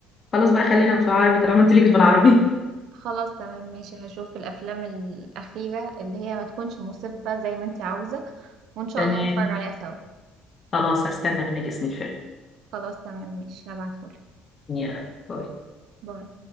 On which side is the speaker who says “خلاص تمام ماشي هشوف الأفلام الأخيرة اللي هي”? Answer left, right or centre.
Right